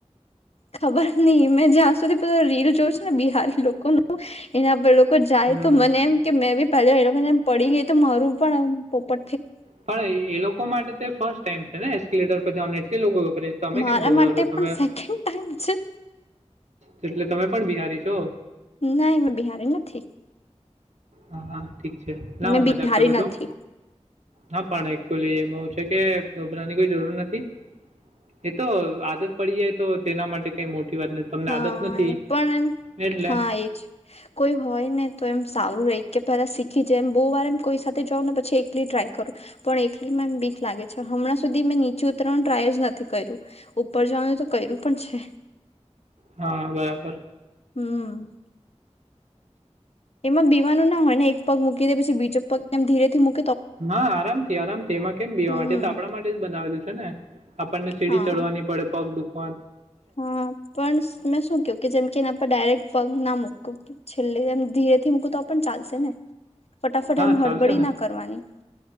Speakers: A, on the left; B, on the right.
A: ખબર નહ મેં જ્યાં સુધી પ રીલ જોય છે ને બિહારી લોકોનું એના પર જાય
B: હમ
A: તો મને એમ કે મેં બી પહેલા એ લોકોને પડી ગઈ તો મારું પણ પોપ
B: પણ એ લોકો માટે તે ફર્સ્ટ ટાઈમ છે ને એસ્કલેટર પર જવાનું એટલે લોકો તમે
A: મારા
B: કેમ ગબરાતો
A: માટે
B: તમે
A: પણ સેકન્ડ ટાઈમ છે
B: એટલે તમે પણ બિહારી છો
A: ના એમાં બિહારી નથી
B: હા હા ઠીક છે ના
A: મેં
B: હું
A: બિહારી
B: મજાક કરું
A: નથી
B: છું. હા પણ એકચુલી એમાં હું છે કે કોઈ જરૂર નથી. એ તો આદત પડી જાય તો તેના માટે વાત નથી. તમને
A: હા
B: આદત નથી
A: પણ એમ
B: એટલે.
A: હા એજ કોઈ હોય ને તો એમ સારું રેય કે પેલા શીખી જેમ બો વાર એમ કોઈ સાથે જાઉ ને પછી એકલી ટ્રાય કરું પણ એકલી માં એમ બીક લાગે છે. હમણાં સુધી મેં નીચે ઉતરવાનું ટ્રાય જ નથી કર્યું. ઉપર જવાનું તો કર્યું પણ છે.
B: હા બરાબર
A: હમ એમાં બીવાનું ના હોય ને એક પગ મૂકી દે પછી બીજો પગ એમ ધીરેથી મૂ
B: હા આરામથી આરામથી એમાં કેમ બીવા
A: હમ
B: માટે તો આપણા માટે જ બનાવેલું છે ને. આપણને સીડી
A: હા
B: ચડવાની પડે પગ દુઃખ
A: હા પણ મેં શું કેવ કે જેમ કે એના પર ડાયરેક્ટ ના મૂકું. છેલ્લે એમ ધીરે થી મૂકું તો પણ ચાલશે ને. ફટાફટ
B: હા
A: એમ હળબડી
B: ચાલશે ને.
A: ના કરવાની